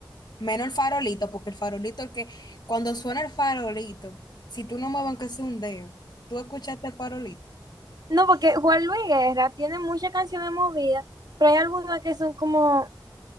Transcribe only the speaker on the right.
No, porque Juan Luis Guerra tiene muchas canciones movidas, pero hay algunas que son como,